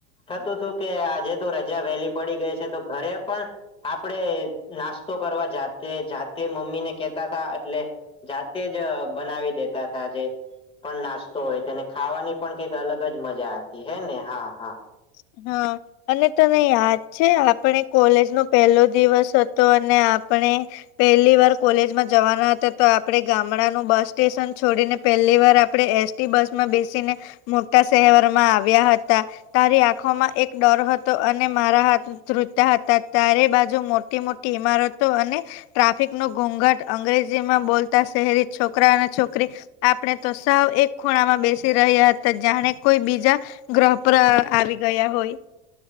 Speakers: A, on the left (about 20°); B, on the left (about 55°).
A: થતું હતું કે આજે તો રજા વહેલી પડી ગઈ છે તો ઘરે પણ- આપડે નાસ્તો કરવા જાતે જાતે- મમ્મી ને કેતા <unintelligible> થા એટલે જાતે જ બનાવી દેતા થા જે- પણ નાસ્તો હોય તેને ખાવાની પણ કઈક અલગ જ મજા હતી હે ને હા હા
B: <inaudible> અને તને યાદ છે આપણે કોલેજ નો પહેલો દિવસ હતો અને આપણે- પહેલી વાર કોલેજમાં જવાના હતા તો આપડે ગામડાનુંબસ સ્ટેશન છોડીને પહેલી વાર આપણે એસ- <unintelligible> બસમાં બેસીને મોટા શહેવારમાં આવ્યા હતા તારી- <unintelligible> એક ડર હતો અને મારા હાથ <unintelligible> હતા <unintelligible> બાજુ મોટી મોટી ઈમારતો અને ટ્રાફિક ન ઘોઘાટ અંગ્રેજીમાં બોલતા શહેરી છોકરા અને છોકરી- આપણે તો સાવ એક ખૂણામાં બેસી રહ્યા હતા જાણે કોઈ બીજા- ગ્રહ પર આવી ગયા હોય.